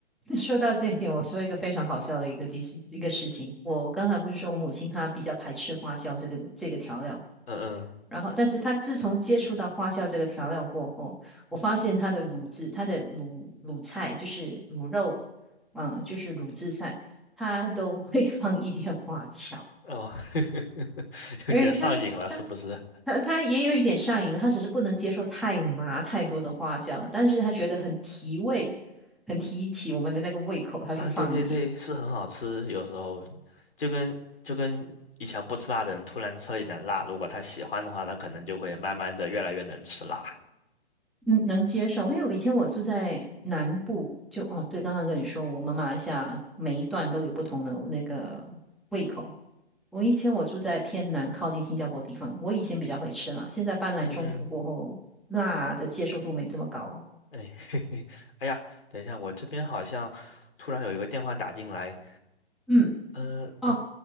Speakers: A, in the centre; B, on the left (about 65°).
A: 说到这一点，我说一个非常好笑的一个地事一个事情。我刚才不是说我母亲她比较排斥花椒这个这个调料，
B: 嗯
A: 然后，但是她自从接触到花椒这个调料过后，我发现她的卤制，她的卤卤菜就是卤肉，嗯，就是卤制菜，她都会 <laughs> 放一点花椒，
B: 嗯，哦，<laughs> 有点上瘾了，
A: 而且她她
B: 是不是？
A: 她她也有一点上瘾了，她只是不能接受太麻太多的花椒，但是她觉得很提味，很提起我们的那个胃口，她就放一点。
B: 啊，对对对，是很好吃，有时候就跟就跟以前不吃辣的人突然吃了一点辣，如果他喜欢的话，他可能就会慢慢的越来越能吃辣。
A: 能能接受，因为我以前我住在南部，就哦，对，刚刚跟你说，我们马来西亚每一段都有不同的那个胃口。我以前我住在偏南，靠近新加坡地方，我以前比较会吃辣，现在搬来中部过后，
B: 嗯嗯，
A: 辣的接受度没这么高了。
B: 哎，<laughs> 嘿嘿，哎呀，等一下，我这边好像突然有一个电话打进来，
A: 嗯，
B: 呃，
A: 哦，
B: 那